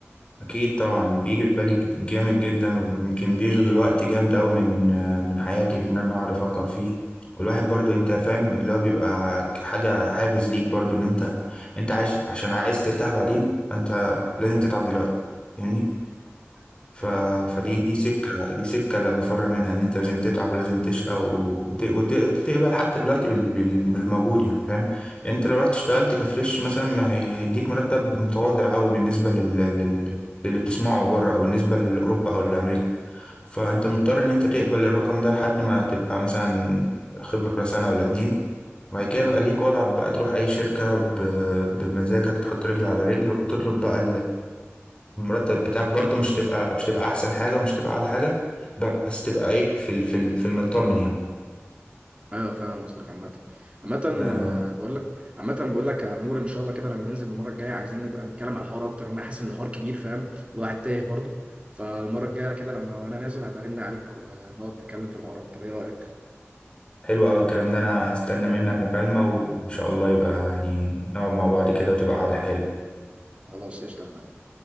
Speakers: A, on the left; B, on the right.
A: أكيد طبعا بيجي في بالي جامد جدا ويمكن بيشغل وقت جامد أوي من من حياتي في إن أنا أقعد أفكر فيه والواحد برضو أنت فاهم اللي هو بيبقى حاجة حافز ليك برضو إن أنت أنت عايز عشان عايز ترتاح بعدين أنت لازم تتعب دلوقتي فاهمني ف...
B: آه،
A: فدي
B: آه، آه.
A: دي سكة دي سكة لا مفر منها ان انت لازم تتعب ولازم تشقى وت... وت... تقبل حتى دلوقتي بال... بال... بالموجود يعني فاهم يعني انت لو رحت اشتغلت كفريش مثلا ما هي... هيديك مرتب متواضع قوي بالنسبة لل... لل... للي بتسمعه بره او بالنسبة لاوروبا او لامريكا فانت مضطر ان انت تقبل الرقم ده لحد ما تبقى مثلا خبرة سنة ولا اتنين وبعد كده بقى ليك وضعك بقى تروح اي شركة ب... بمزاجك تحط رجل على رجل وتطلب بقى المرتب بتاعك برضو مش تبقى مش تبقى احسن حاجه ومش تبقى اعلى حاجه بس تبقى ايه في ال في ال في المطمن يعني
B: ايوه فاهم قصدك عامة عامة
A: آه
B: آه، بقول لك عامة بقول لك يا نور ان شاء الله كده لما ننزل المرة الجاية عايزين نبقى نتكلم على الحوار اكتر لأن انا حاسس ان الحوار كبير فاهم والواحد تايه برضه فالمرة الجاية كده لما انا نازل هبقى ارن عليك ونقعد نتكلم في الحوار اكتر ايه رأيك؟
A: حلو قوي الكلام ده انا هستنى منك مكالمه وان شاء الله يبقى يعني نقعد مع بعض كده وتبقى قعده حلوه
B: خلاص قشطة يا معلم.